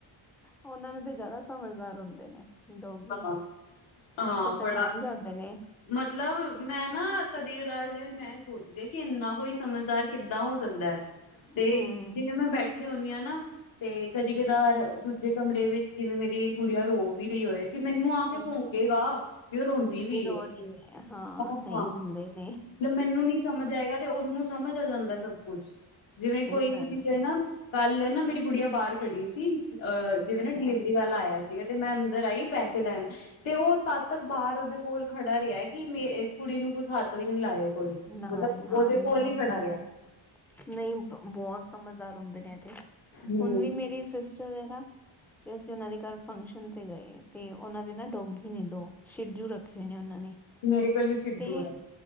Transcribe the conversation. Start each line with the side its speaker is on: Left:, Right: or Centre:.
Centre: ਉਹਨਾਂ ਨੂੰ ਤੇ ਜ਼ਿਆਦਾ ਸਮਝਦਾਰ ਹੁੰਦੇ ਨੇ। ਡੋਗੀ
Left: ਹਾਂ
Centre: ਉੱਥੇ
Left: ਹਾਂ
Centre: ਪਹਿਚਾਣ
Left: ਬੜਾ
Centre: ਜਾਂਦੇ ਨੇ।
Left: ਮਤਲਬ ਮੈਂ ਨਾ ਕਦੇ ਕਦਾਰ ਮੈਂ ਸੋਚਦੀ ਕਿ ਇੰਨਾ ਕੋਈ ਸਮਝਦਾਰ ਕਿੱਦਾਂ ਹੋ ਸਕਦਾ ਐ। ਤੇ
Centre: ਹਮ
Left: ਜਿਵੇਂ ਮੈਂ ਬੈਠ। ਬੈਠੀ ਹੁਣੀ ਆ ਨਾ ਤੇ ਕਦੀ ਕਦਾਰ ਦੂਜੇ ਕਮਰੇ ਵਿੱਚ ਜਿਵੇਂ ਮੇਰੀ ਗੁੜੀਆ ਰੋ। ਰੋਂਦੀ ਪਈ ਹੋਏ ਤੇ ਮੈਨੂੰ ਆ ਤੇ
Centre: ਅੱਛਾ
Left: ਭੋਂਕੇਗਾ ਵੀ ਉਹ ਰੋਂਦੀ ਪਈ
Centre: ਵਿਰੋਧੀ
Left: ਐ।
Centre: ਹੈ ਹਾਂ
Left: ਮਤਲਬ
Centre: ਨਹੀਂ ਹੁੰਦੇ ਨੇ
Left: ਮੈਨੂੰ ਨੀ ਸਮਝ ਆਏਗਾ ਤੇ ਉਹਨੂੰ ਸਮਝ ਆ ਜਾਂਦਾ ਸਭ ਕੁਛ ਜਿਵੇਂ
Centre: ਸਹੀ
Left: ਕੋਈ
Centre: ਗੱਲ
Left: ਵੀ ਚੀਜ਼ ਹੈ ਨਾ। ਕੱਲ ਨਾ ਮੇਰੀ ਗੁੜੀਆਂ ਬਾਹਰ ਖੜੀ ਸੀ ਅਹ ਜਿਵੇਂ
Centre: ਅੱਛਾ
Left: ਨਾ ਡਿਲੀਵਰੀ ਵਾਲਾ ਆਇਆ ਸੀਗਾ ਤੇ ਮੈਂ। ਅੰਦਰ ਆਈ ਪੈਸੇ ਲੈਣ। ਤੇ ਉਹ ਤਦ ਤੱਕ ਬਾਹਰ ਉਹਦੇ ਕੋਲ ਖੜਾ ਰਿਹਾ ਕਿ ਮੇ ਕੁੜੀ ਨੂੰ ਕੁੱਛ ਹੱਥ ਵੀ ਨੀ ਲਾਇ ਓ। ਕੋਈ
Centre: ਲਗਾਏ
Left: ਮਤਲਬ
Centre: ਹਾਂ
Left: ਉਹਦੇ
Centre: ਨਹੀਂ
Left: ਕੋਲ ਈ
Centre: ਇਹ
Left: ਖੜਾ
Centre: ਤੇ ਹੈ
Left: ਰਿਹਾ।
Centre: ਨਹੀਂ ਬਹੁਤ ਸਮਝਦਾਰ ਹੁੰਦੇ ਨੇ ਇਹ ਤੇ
Left: ਹੂੰ
Centre: ਹੁਣ ਵੀ ਮੇਰੀ ਸਿਸਟਰ ਐ ਨਾ। ਤੇ ਅਸੀਂ ਉਹਨਾਂ ਦੇ ਘਰ ਫੰਕਸ਼ਨ ਤੇ ਗਏ ਤੇ ਉਹਨਾਂ ਦੇ ਨਾ ਡੋਗੀ ਨੇ ਦੋ। ਸ਼ਿਧੂ ਰੱਖੇ ਨੇ ਉਹਨਾਂ ਨੇ।
Left: ਮੇਰੇ ਕੋਲ ਵੀ ਸ਼ਿਧੂ
Centre: ਤੇ
Left: ਐ।